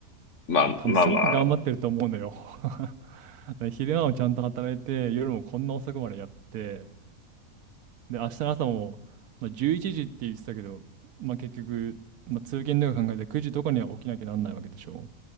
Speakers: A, on the left (about 55°); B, on the right (about 85°).
A: まあまあまあ。
B: 多分すごく頑張ってると思うのよ。<laughs> 昼間もちゃんと働いて、夜もこんな遅くまでやって、で、明日の朝も、まあ、11時って言ってたけど、まあ、結局、まあ、通勤とか考えて9時とかには起きなきゃなんないわけでしょ。